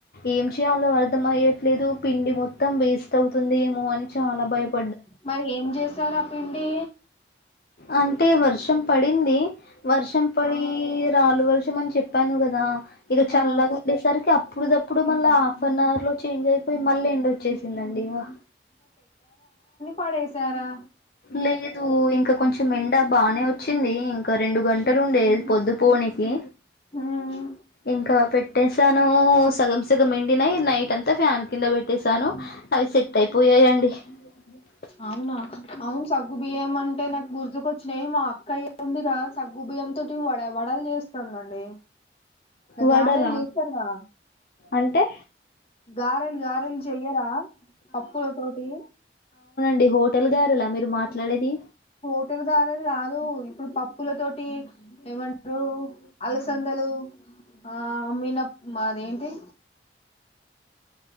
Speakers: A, on the left; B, on the left.
A: ఏం చేయాలో అర్థం అయ్యట్లేదు పిండి మొత్తం వేస్ట్ అవుతుంది ఏమో అని చాలా భయప
B: మరి ఏం చేశార ఆ పిండి
A: అంటే వర్షం పడింది వర్షం పడి
B: ఆ
A: రాలు వర్షం తెమ్మని చెప్పాను కదా ఈరొజు చల్లగా
B: ఆ
A: ఉండేసరికి అప్పుడుప్పుడు ఇప్పుడు మళ్ళా హాఫ్ అన్ అవర్ లో చేంజ్ అయిపోయి మళ్ళీ ఎండ్ వచ్చేసిందండి ఇకా
B: పడేశారా
A: లేదు ఇంకా కొంచెం ఎండా బానే వచ్చింది ఇంకా రెండు గంటలు ఉండే పొద్దు పోనికి
B: ఉమ్
A: ఇంకా పెట్టేసి తను సగం సగం ఎండినయి నైట్ అంతా ఫ్యాన్ కింద పెట్టేసాను అవి సెట్ అయిపోయాయిండి అ
B: అవునా అవును సగ్గు బియ్యం అంటే నాకు గుర్తుకొచ్చినాయి మా అక్కయ ఉందిగా సగ్గు బియ్యం సగ్గుబియ్యం వడలు వడలు చేస్తే అదే అండి
A: వడలా
B: గారెలు చేస్తాగ
A: అంటే
B: గారెలు గారెలు చెయ్యరా పప్పుల తోటి
A: మీ హోటల్ గారలా మీరు మాట్లాడేది
B: హోటల్ గారెలు కాదు ఇప్పుడు పప్పుల తోటి ఏమంటారు అలసందలు ఆ మినప్ప మా ఏంటిది